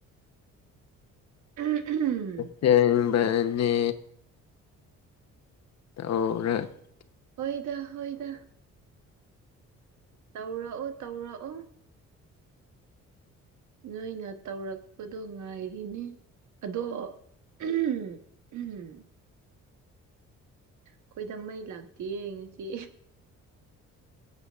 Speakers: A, on the right; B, on the left.
A: <unintelligible>
B: ꯊꯦꯡꯕꯅꯦ ꯑꯣ <unintelligible>
A: ꯍꯣꯏꯗ ꯍꯣꯏꯗ ꯇꯧꯔꯛꯑꯣ ꯇꯧꯔꯛꯑꯣ ꯅꯣꯏꯅ ꯇꯧꯔꯛꯄꯗꯣ ꯉꯥꯏꯔꯤꯅꯦ ꯑꯗꯣ <unintelligible> ꯑꯩꯈꯣꯏꯗ ꯃꯩ ꯂꯥꯛꯇꯤꯌꯦ ꯉꯁꯤ